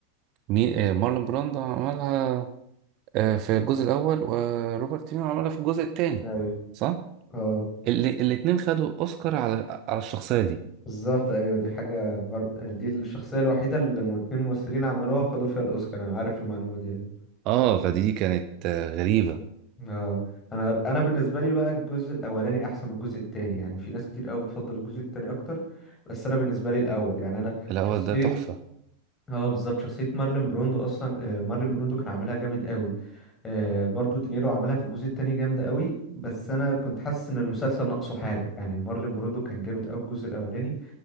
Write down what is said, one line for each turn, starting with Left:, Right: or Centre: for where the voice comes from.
Right: مين آه مارلون براندو عملها آه في الجزء الأول وروبرت دينيرو عملها في الجزء التاني
Left: ايوه
Right: صح؟
Left: اه
Right: اللي الاتنين خدوا أوسكار على على الشخصية دي
Left: بالظبط ايوه دي حاجة بر... دي الشخصية الوحيدة اللي اتنين ممثلين عملوها وخدوا فيها الاوسكار انا عارف المعلومة دي يعني.
Right: اه فدي كانت آه، غريبة
Left: اه انا انا بالنسبه لي بقى الجزء الاولاني احسن من الجزء التاني يعني في ناس كتير قوي بتفضل الجزء التاني اكتر بس انا بالنسبه لي الاول يعني انا
Right: الأول
Left: شخصيه
Right: ده تحفة
Left: اه بالظبط شخصيه مارلين بروندو اصلا آه، مارلين بروندو كان عاملها جامد قوي آه، برضو دينيرو عملها في الجزء التاني جامده قوي بس انا كنت حاسس ان المسلسل ناقصه حاجه يعني مارلين بروندو كان جامد قوي الجزء الاولاني